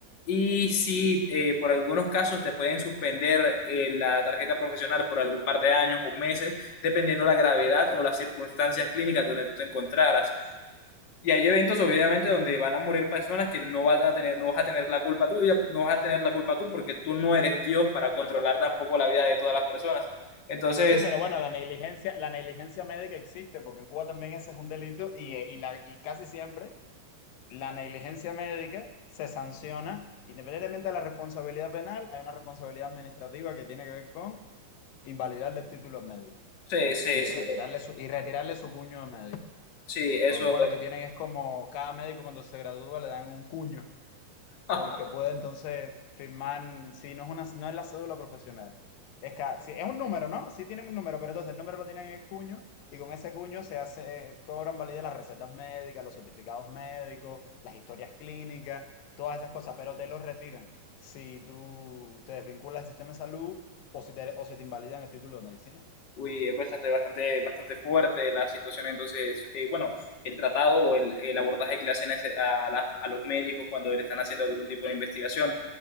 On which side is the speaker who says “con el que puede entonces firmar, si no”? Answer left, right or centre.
Left